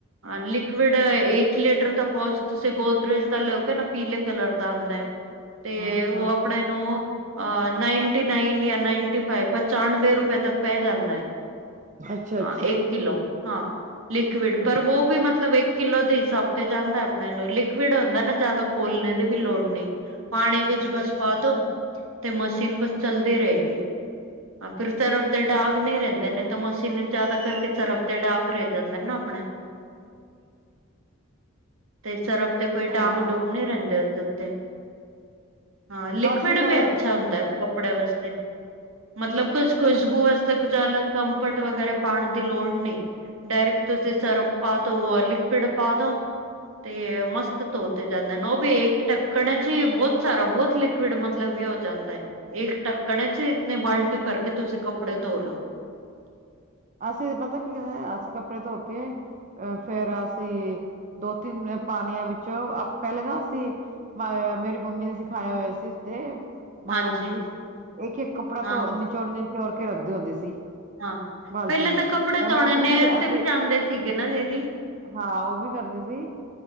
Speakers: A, on the right; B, on the right.
A: ਲਿਕੁਵਿਡ ਇੱਕ ਲੀਟਰ ਦਾ ਪਾਊਚ, ਤੁਸੀਂ ਗੋਦਰਰੇਜ ਦਾ ਲਓਗੇ ਨਾ ਪੀਲੇ ਕਲਰ ਦਾ ਹੁੰਦਾ ਹੈ। ਤੇ
B: ਹਾਂ
A: ਉਹ
B: ਹਾਂ
A: ਆਪਣਾ ਨੋ ਨਾਨਟੀ ਨਾਇਨ ਜਾ ਨਾਨਟੀ ਫਾਇਵ ਪਚਾਨਵੇਂ ਰੁਪਏ ਤੱਕ ਪੈ ਜਾਂਦਾ ਹੈ,
B: ਅੱਛਾ
A: ਹਾਂ
B: ਅੱਛਾ
A: ਇੱਕ ਕਿਲੋ ਹਾਂ, ਲਿਕਵਿਡ। ਪਰ
B: ਅੱਛਾ
A: ਉਹ ਵੀ ਮਤਲਬ ਇੱਕ ਕਿੱਲੋ ਦੇ ਹਿਸਾਬ ਤੇ ਜਾਂਦਾ ਆਪਣੇ ਨੂੰ, ਲਿਕੁਵਿਡ ਹੁੰਦਾ ਨਾ ਜਾਦਾ ਘੋਲਣੇ ਦੀ ਵੀ ਲੋੜ ਨਹੀਂ। ਪਾਣੀ ਵਿੱਚ
B: ਅੱਛਾ
A: ਬਸ
B: ਅੱਛਾ
A: ਪਾ ਦੋ, ਤੇ ਮਸ਼ੀਨ ਬਸ ਚੱਲਦੀ ਰਹੇਗੀ। ਹਾਂ ਫਿਰ ਸਰਫ ਦਾ ਡਾਗ
B: ਅੱਛਾ
A: ਨਹੀਂ ਰਹਿੰਦੇ ਨੇ। ਤਾਂ ਮਸ਼ੀਨ ਜਿਆਦਾ ਕਰਕੇ ਸਰਫ ਤੇ ਡਾਗ ਰਹਿ ਜਾਂਦੇ ਨਾ ਆਪਣੇ। ਤੇ ਸਰਫ ਦੇ ਕੋਈ ਡਾਗ-
B: ਹਾਂ
A: ਡੂਗ ਨਹੀਂ ਰਹਿੰਦੇ ਉਸਦੇ ਉੱਤੇ। ਹਾਂ ਲਿਕੁਵਿਡ
B: ਅਸੀਂ ਤਾਂ
A: ਵੀ ਅੱਛਾ
B: ਦੇਖ
A: ਹੁੰਦਾ ਕੱਪੜੇ ਵਾਸਤੇ। ਮਤਲਬ ਕੁੱਝ ਖੁਸ਼ਬੂ
B: ਅ
A: ਵਾਸਤੇ ਕੁਝ ਅਲੱਗ। ਕੰਫਰਟ ਵਗੈਰਾ ਪਾਉਣ ਦੀ ਲੋੜ ਨਹੀਂ, ਡਾਇਰੈਕਟ ਤੁਸੀਂ ਸਰਫ ਪਾ ਦੋ, ਆ ਲਿਕੁਵਿਡ ਪਾ ਦੋ, ਤੇ ਮਸਤ ਧੋਤੇ ਜਾਂਦੇ ਨੇ, ਉਹ ਵੀ ਇੱਕ ਢੱਕਣ ਹੈ ਜੀ ਬਹੁਤ ਸਾਰਾ ਬਹੁਤ ਲਿਕੁਵਿਡ ਮਤਲਬ ਵੀ ਹੋ ਜਾਂਦਾ, ਇੱਕ ਢੱਕਣੇ ਚ ਇਤਨੀ ਬਾਲਟੀ ਭਰ ਕੇ ਤੁਸੀਂ ਕੱਪੜੇ ਧੋ ਲੋ। <inaudible>
B: ਅਸੀਂ ਤੇ ਪਤਾ ਕੀ ਕਰਦੇ, ਅਸੀਂ ਕੱਪੜੇ ਧੋ ਕੇ ਅ ਫੇਰ ਅਸੀਂ ਦੋ-ਤਿੰਨ ਪਾਣੀਆਂ ਵਿੱਚੋਂ ਪਹਿਲੇ ਨਾ ਅਸੀਂ ਮ ਮੇਰੀ ਮੰਮੀ ਨੇ ਸਿਖਾਇਆ ਹੋਇਆ ਸੀ ਉੱਥੇ। ਮਹਾਰਾਸ਼ਟਰ
A: ਹਾਂਜੀ
B: ਵਿੱਚ ਇੱਕ-ਇੱਕ ਕੱਪੜਾ
A: ਹਾਂ
B: ਧੋ ਨਿਚੋੜ-ਨਿਚੋੜ ਕੇ ਰੱਖਦੇ ਹੁੰਦੇ ਸੀ।
A: ਹਾਂ,
B: ਬਾਲਟੀ
A: ਪਹਿਲੇ
B: ਵਿੱਚ
A: ਤਾਂ ਕੱਪੜੇ
B: ਹੁਣ
A: ਧੋਣੇ
B: ਐਵੇਂ
A: ਨਹਿਰ
B: ਨੀ
A: ਤੇ
B: ਅਸੀਂ
A: ਵੀ ਜਾਂਦੇ ਸੀਗੇ ਨਾ ਦੀਦੀ।
B: ਹਾਂ ਉਹ ਵੀ ਕਰਦੇ ਸੀ,